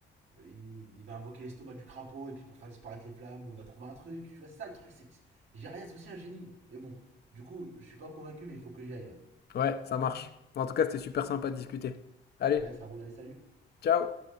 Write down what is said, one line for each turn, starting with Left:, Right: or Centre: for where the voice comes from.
Right: Oui, mais il va invoquer l'estomac du crapaud, et puis pour faire disparaître les flammes, ou il va trouver un truc. Tu vois, c'est ça le truc, c'est que Jiraiya, c'est aussi un génie. Mais bon, du coup, je suis pas convaincu, mais il faut que j'y aille là.
Left: Ouais, ça marche. En tout cas, c'était super sympa de discuter. Allez,
Right: Ouais, ça roule, allez, salut.
Left: ciao!